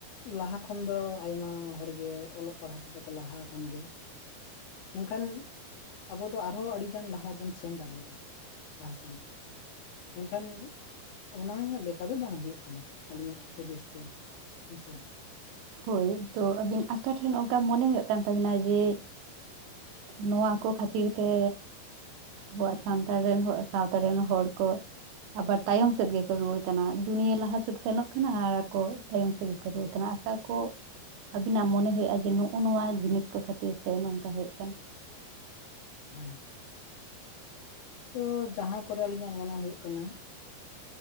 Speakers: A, on the left; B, on the right.
A: ᱞᱟᱦᱟ ᱠᱷᱚᱱ ᱫᱚ ᱟᱭᱢᱟ ᱦᱚᱲ ᱜᱮ ᱚᱞᱚᱜ ᱯᱟᱲᱦᱟᱜ ᱛᱮᱫᱚᱼᱼ ᱠᱚ ᱞᱟᱦᱟ ᱟᱠᱟᱱ ᱜᱮᱭᱟ᱾ ᱢᱮᱱᱠᱷᱟᱱ ᱟᱵᱚ ᱫᱚ ᱟᱨᱦᱚᱸ ᱟᱹᱰᱤᱜᱟᱱ ᱞᱟᱦᱟ ᱵᱚᱱ ᱥᱮᱱ ᱫᱟᱲᱮᱭᱟᱜᱼᱟ᱾ ᱞᱟᱦᱟᱥᱮᱱ ᱢᱮᱱᱠᱷᱟᱱᱼᱼ ᱚᱱᱟ ᱞᱮᱠᱟ ᱫᱚ ᱵᱟᱝ ᱦᱩᱭᱩᱜ ᱠᱟᱱᱟ ᱟᱹᱞᱤᱧᱟᱜ ᱦᱩᱫᱤᱥ ᱛᱮ ᱦᱮᱸᱥᱮᱼᱼ
B: ᱦᱳᱭ ᱛᱚ ᱟᱵᱤᱱ ᱟᱠᱟ ᱴᱷᱮᱱ ᱚᱱᱠᱟ ᱢᱚᱱᱮ ᱦᱩᱭᱩᱜ ᱠᱟᱱ ᱛᱟᱵᱤᱱᱟ ᱡᱮᱼᱼ ᱱᱚᱣᱟ ᱠᱚ ᱠᱷᱟᱹᱛᱤᱨ ᱛᱮᱼᱼ ᱟᱵᱚᱣᱟᱜ ᱥᱟᱶᱛᱟ ᱨᱮᱱ ᱦᱚᱲ ᱠᱚᱼᱼ ᱟᱵᱟᱨ ᱛᱟᱭᱚᱢ ᱥᱮᱫ ᱜᱮᱠᱚ ᱨᱩᱣᱟᱹᱲ ᱠᱟᱱᱟ ᱫᱩᱱᱤᱭᱟᱹ ᱞᱟᱦᱟ ᱥᱮᱫ ᱥᱮᱱᱚᱜ ᱠᱟᱱᱟ ᱟᱨ ᱟᱠᱚᱼᱼ ᱛᱟᱭᱚᱢ ᱥᱮᱫ ᱜᱮᱠᱚ ᱨᱩᱣᱟᱹᱲ ᱠᱟᱱᱟ ᱚᱠᱟ ᱠᱚᱼᱼ ᱟᱵᱤᱱᱟᱜ ᱢᱚᱱᱮ ᱦᱳᱭᱳᱜ ᱡᱮ ᱱᱚᱜᱼᱚ ᱱᱚᱣᱟ ᱡᱤᱱᱤᱥ ᱠᱚ ᱠᱷᱟᱹᱛᱤᱨ ᱛᱮ ᱱᱚᱝᱠᱟ ᱦᱳᱭᱳᱜ ᱠᱟᱱᱟᱼᱼ
A: ᱦᱮᱸ᱾ ᱛᱚ ᱡᱟᱦᱟᱸ ᱠᱚᱨᱮ ᱟᱹᱞᱤᱧᱟᱜ ᱢᱚᱱᱮ ᱦᱩᱭᱩᱜ ᱠᱟᱱᱟᱼᱼ